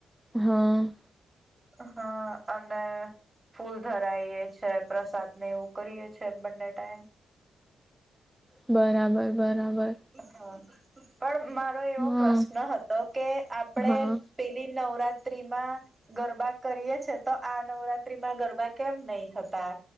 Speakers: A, in the centre; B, on the right.
A: હા.
B: હા અને ફૂલ ધરાઈએ છે પ્રસાદ ને એવું કરીએ છે બંને ટાઈમ
A: બરાબર. બરાબર
B: હા. પણ મારો એવો
A: હા
B: પ્રશ્ન હતો કે આપણે
A: હા
B: પેલી નવરાત રાત્રીમાં ગરબા કરી છે તો આ નવરાત્રી માં ગરબા કેમ નહી થતા